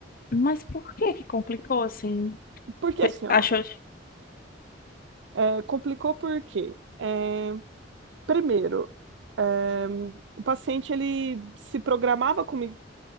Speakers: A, on the left; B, on the right.
A: Mas por que que complicou assim?
B: Porque
A: Pe-
B: assim, ó,
A: Achou?
B: É, complicou por quê? É, primeiro, é, o paciente ele se programava comigo